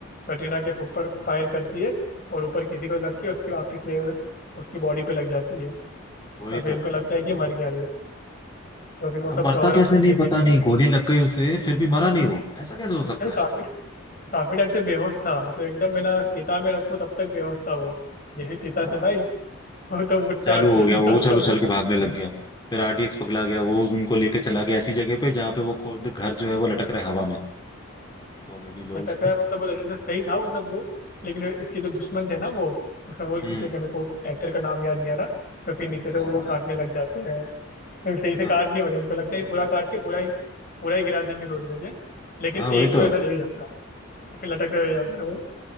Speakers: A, on the left; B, on the left.
A: कटरीना के ऊपर फायर करती है और ऊपर किसी को लग के उसके वापिस से उसकी बॉडी पे लग जाती है तो
B: वही
A: फिर
B: तो
A: इनको लगता है कि मर गया ये तो फिर वो
B: अब
A: सब
B: मरता
A: कवर अप
B: कैसे
A: करने
B: नहीं
A: के
B: पता
A: लिए
B: नहीं गोली लग गई उसे फिर भी मरा नहीं वो ऐसा कैसे हो सकता
A: अरे काफी
B: है
A: काफी टाइम से बेहोश था मतलब एकदम मेरा चिता में रखो तब तक बेहोश था वो जैसे चिता
B: हाँ
A: चलाई वो तो उठता
B: चालू
A: है उसके
B: हो गया
A: अंदर
B: वो
A: से
B: चालू
A: वो
B: चल के भागने लग गया फिर आरडीएक्स पगला गया वो उनको लेके चला गया ऐसी जगह पे जहाँ पे वो खुद घर जो है वो लटक रहा है हवा में कॉमेडी लोग
A: लटक रहा है मतलब वो ऐसा सही था मतलब वो लेकिन इसके जो दुश्मन थे ना वो उसका रोल
B: हम्म
A: किसने किया मेरे को एक्टर का नाम याद नहीं आ रहा तो फिर नीचे से
B: हाँ
A: वो वो काटने लग जाते हैं फिर सही से
B: हाँ
A: काट नहीं पाते उनको लगता है कि पूरा काट के पूरा ही पूरा ही गिरा देंगे सोच रहे थे लेकिन
B: हाँ वही
A: एक तो
B: तो
A: ऐसा रह जाता है फिर लटक कर रह जाता है वो